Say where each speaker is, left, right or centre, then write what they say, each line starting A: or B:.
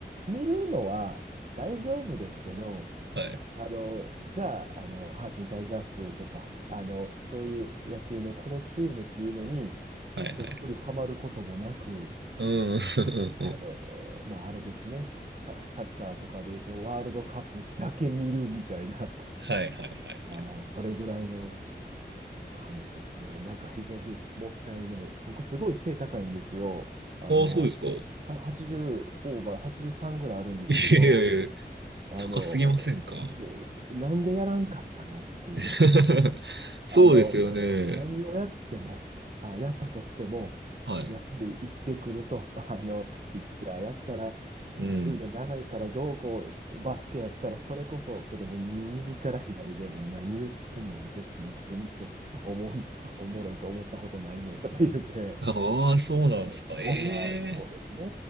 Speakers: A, on the right; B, on the right.
A: 見るのは大丈夫ですけど、
B: はい。
A: あの、じゃあ、あの、阪神タイガースとか、あの、そういう野球のこのチームっていうのに、
B: はいはい。
A: どっぷりハマることもなく、
B: うん。<laughs>
A: あの、まあ、あれですね、サ、サッカーとかでいうと、ワールドカップだけ見るみたいな、
B: はいはいはい。
A: <laughs> あー、それぐらいの感じですね。なんか非常にもったいない。僕、すごい背高いんですよ。あの、
B: ああ、そうですか。い
A: は80オーバー、83ぐらいあるんですけど、
B: やいやいや。
A: あの、
B: 高すぎませんか
A: なんでやらんかったのっていうね。
B: <laughs> そうですよね。
A: あの、何をやっても、あ、やったとしても、
B: はい。
A: やっぱり生きてくると、<laughs> あの、ピッチャーやったら、
B: うん。
A: 腕長いからどうこう、バスケやったらそれこそ、けども、右から左でも何言ってんねん、別に全然おもん、おもろいと思ったことないねんとか言うて、
B: ああ、そうなんですか。
A: うんそんな、
B: え
A: そうですね。
B: え